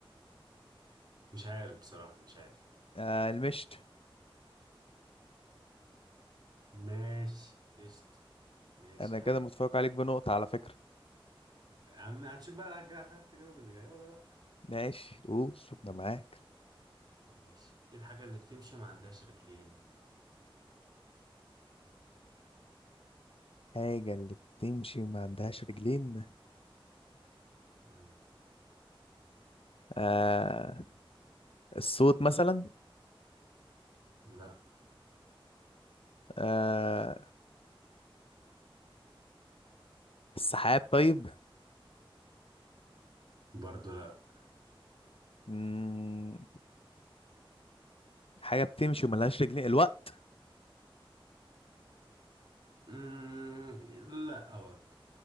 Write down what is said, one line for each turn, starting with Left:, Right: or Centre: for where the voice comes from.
Right: مش عارف بصراحة مش عارف
Left: آه المشت
Right: ماشي قشطة ماشي
Left: انا
Right: يا
Left: كده
Right: عم
Left: متفوق عليك بنقطة على فكرة
Right: يا عم هنشوف بقى هتعرف تجاوب اللي جاي ولا لا
Left: ماشي قول انا معاك
Right: ماشي ايه الحاجة اللي بتمشي وما عندهاش رجلين
Left: حاجة اللي بتمشي وما عندهاش رجلين
Right: مم.
Left: آه الصوت مثلا
Right: لا
Left: آه السحاب طيب
Right: برضو لا
Left: مم. حاجة بتمشي وملهاش رجلين الوقت
Right: مم. لا برضو